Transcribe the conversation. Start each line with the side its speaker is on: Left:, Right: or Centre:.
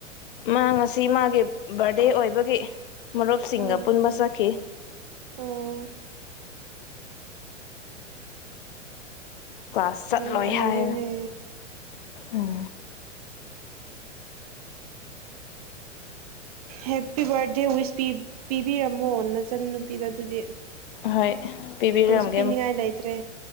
Left: ꯃꯥ ꯉꯁꯤ ꯃꯥꯒꯤ ꯕꯥꯔꯗꯦ ꯑꯣꯏꯕꯒꯤ ꯃ ꯔꯣꯞ ꯁ ꯁꯤꯁꯤꯡꯒꯥꯄꯨꯔ
Right: ꯑꯣ
Left: ꯃ ꯆ ꯀꯦ
Right: ꯑꯣ
Left: ꯀ꯭ꯂꯥꯁ ꯆꯠꯂꯣꯏ
Right: ꯅꯨꯡꯉꯥꯏꯔꯦꯅꯦ
Left: ꯍꯥꯏꯕ ꯎꯝ
Right: ꯍꯦꯄꯤ ꯕꯥꯔꯠꯗꯦ ꯋꯤꯁ ꯄꯤꯕꯤꯔꯝꯃꯣ ꯅꯆꯟ ꯅꯨꯄꯤꯗꯣ ꯑꯗꯨꯗꯤ
Left: ꯍꯣꯏ ꯄꯤꯕꯤꯔꯝꯒꯦ
Right: ꯀꯔꯤꯁꯨ ꯄꯤꯅꯤꯡꯉꯥꯏ ꯂꯩꯇ꯭ꯔꯦ